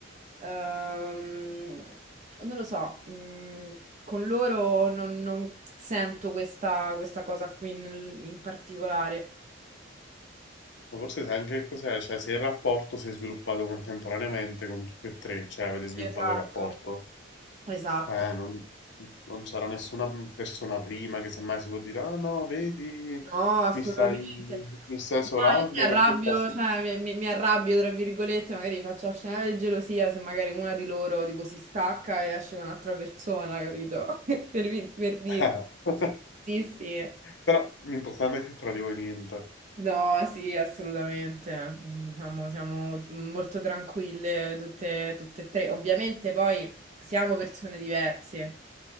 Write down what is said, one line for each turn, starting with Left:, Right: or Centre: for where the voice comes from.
Right: ehm, non lo so, mh, con loro non, non sento questa, questa cosa qui nel- in particolare.
Left: ma forse sai anche che cos'è, cioè, se il rapporto si è sviluppato contemporaneamente con tutti e tre, cioè, avete sviluppato
Right: Esatto.
Left: il rapporto,
Right: Esatto.
Left: Eh, non, non c'era nessuna persona prima che semmai si può dire, ah no, vedi,
Right: No, assolutamente.
Left: mi stai, mi stai isolando
Right: No, io mi arrabbio,
Left: per colpa sua.
Right: cioè mi, mi- mi arrabbio tra virgolette, magari faccio scenare di gelosia se magari una di loro tipo si stacca e esce con un'altra persona, capito? <laughs> Per, vi- per dire.
Left: <laughs>
Right: Sì, sì.
Left: Però l'importante è che tra di voi niente.
Right: No, sì, assolutamente. Mm, Diciamo, siamo molto tranquille tutte, tutte e tre. Ovviamente poi siamo persone diverse,